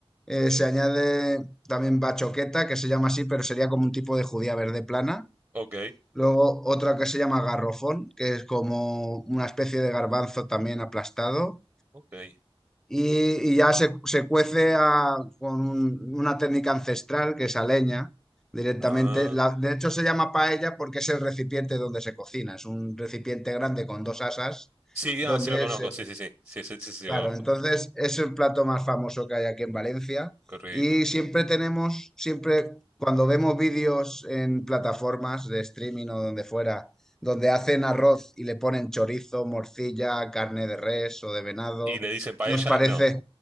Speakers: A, in the centre; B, on the right (about 25°).
A: Eh, se añade también bachoqueta, que se llama así, pero sería como un tipo de judía verde plana.
B: Ok.
A: Luego otra que se llama garrofón, que es como una especie de garbanzo también aplastado
B: Ok.
A: y, y ya se, se cuece a- con un- una técnica ancestral que es a leña directamente.
B: Ah.
A: La- de hecho, se llama paella porque es el recipiente donde se cocina. Es un recipiente grande con dos asas
B: Sí,
A: donde
B: ah, sí lo conozco.
A: se
B: Sí, sí, sí. Sí, sí, sí, sí
A: Claro,
B: lo conozco.
A: entonces es el plato más famoso que hay aquí en Valencia
B: Qué rico.
A: y siempre tenemos, siempre cuando vemos vídeos en plataformas de streaming o donde fuera, donde hacen arroz y le ponen chorizo, morcilla, carne de res o de venado,
B: ¿Y le dicen paella?
A: nos parece,
B: No.